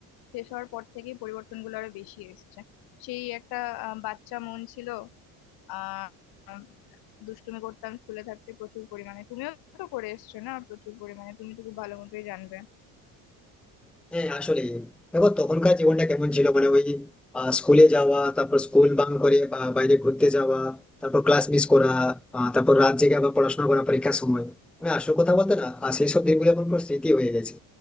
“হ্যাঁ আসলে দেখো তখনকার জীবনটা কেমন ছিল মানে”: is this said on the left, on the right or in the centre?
Centre